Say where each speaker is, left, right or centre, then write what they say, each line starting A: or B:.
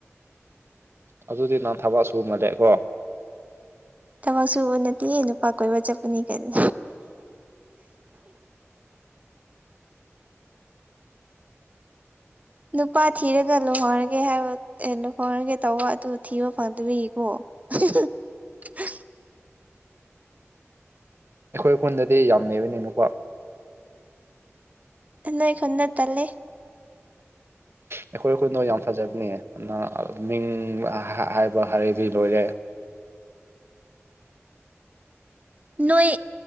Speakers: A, on the right (about 55°); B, on the right (about 30°).
A: ꯑꯗꯨꯗꯤ ꯅꯪ ꯊꯕꯛ ꯁꯨꯃꯗꯦꯀꯣ
B: ꯊꯕꯛ ꯁꯨꯕ ꯅꯠꯇꯤꯌꯦ ꯅꯨꯄꯥ ꯀꯣꯏꯕ ꯆꯠꯄꯅꯤ ꯀꯩꯅꯣ ꯅꯨꯄꯥ ꯊꯤꯔꯒ ꯂꯨꯍꯧꯔꯒꯦ ꯍꯥꯏꯕ ꯑꯦ ꯂꯨꯍꯧꯔꯒꯦ ꯇꯧꯕ ꯑꯗꯨ ꯊꯤꯕ ꯐꯪꯗ꯭ꯔꯤꯀꯣ <unintelligible>
A: ꯑꯩꯈꯣꯏ ꯈꯨꯟꯗꯗꯤ ꯌꯥꯝ ꯂꯩꯕꯅꯦ ꯅꯨꯄꯥ
B: ꯑꯦ ꯅꯣꯏ ꯈꯨꯟꯗ ꯇꯜꯂꯦ
A: ꯑꯩꯈꯣꯏ ꯈꯨꯟꯗꯣ ꯌꯥꯝ ꯐꯖꯕꯅꯦ ꯑꯗꯨꯅ ꯃꯤꯡ ꯍꯥꯏꯕ ꯍꯥꯏꯔꯗꯤ ꯂꯣꯏꯔꯦ
B: ꯅꯣꯏ